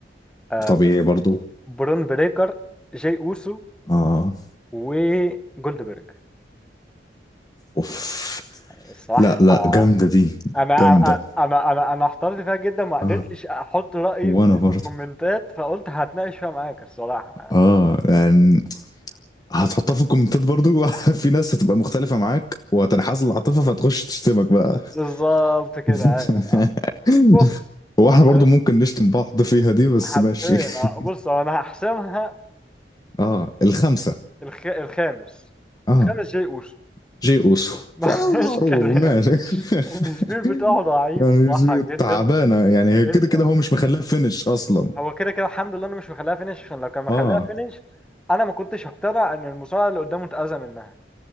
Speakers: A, in the centre; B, on the left (about 20°).
A: آه،
B: طبيعي برضو
A: برون بريكر جاي أوسو
B: آه
A: وجولدبرج
B: أوف
A: الصراحة
B: لا لا جامدة دي
A: انا
B: جامدة
A: انا انا انا أنا احترت فيها جدا ما قدرتش
B: آه
A: احط رايي
B: وأنا
A: في
B: برضو
A: الكومنتات فقلت هتناقش فيها معاك الصراحه
B: آه يعني هتحطها في الكومنتات برضو <laughs> في ناس هتبقى مختلفة معاك وهتنحاز العاطفة فتخش تشتمك بقى
A: بالظبط كده
B: <laughs>
A: ايوه بص
B: هو احنا برضو
A: علش-
B: ممكن نشتم بعض فيها دي بس
A: حرفيا
B: ماشي <laughs>
A: أنا- بص هو انا هحسمها
B: اه الخمسة
A: الخ... الخامس
B: اه
A: الخامس شيء اوسو
B: جي اوسو
A: <laughs> ما
B: فمعروف
A: فيهاش كلام
B: ماشي <laughs>
A: السبير بتاعه ضعيف
B: يعني
A: صح جدا
B: تعبانه يعني هي كده
A: جدا
B: كده
A: يعني
B: هو مش مخليها فينش اصلا
A: هو كده كده الحمد لله انا مش مخليها فينش عشان لو كان مخليها
B: اه
A: فينش انا ما كنتش هقتنع ان المصارع اللي قدامه اتاذى منها